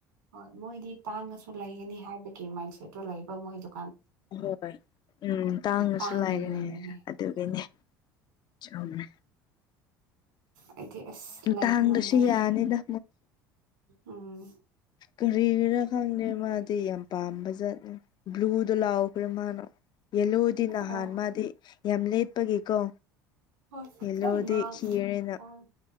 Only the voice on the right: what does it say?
ꯍꯣꯏ ꯃꯣꯏꯗꯤ ꯇꯥꯡꯉꯁꯨ ꯂꯩꯒꯅꯤ ꯍꯥꯏꯕꯒꯤ ꯃꯥꯏꯟꯁꯦꯠꯇꯨ ꯂꯩꯕ ꯃꯣꯏꯗꯨ
ꯇꯥꯡꯅ
ꯌꯣꯟꯕꯅꯦ
ꯍꯥꯏꯗꯤ ꯑꯁ ꯂꯩꯕ
ꯉꯝꯗꯦ
ꯎꯝ
ꯑꯣ
ꯍꯣꯏ
ꯂꯣꯏ ꯉꯥꯡ
ꯑꯣ